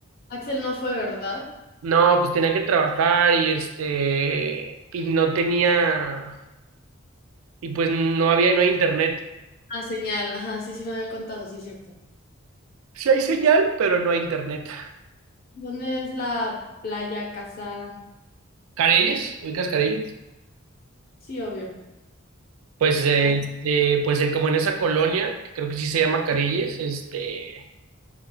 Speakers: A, on the left (about 45°); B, on the right (about 85°).
A: Axel no fue, ¿verdad?
B: No, pues tenía que trabajar y este, y no tenía, y pues no había, no hay internet.
A: Ah, señal. Ajá, sí, sí me había contado, sí, cierto.
B: Sí hay señal, pero no hay internet.
A: ¿Dónde es la playa, casa?
B: Careyes, ¿ubicas Careyes?
A: Sí, obvio.
B: Pues, eh,
A: ¿A ti?
B: este, pues eh, como en esa colonia, que creo que sí se llama Careyes, este,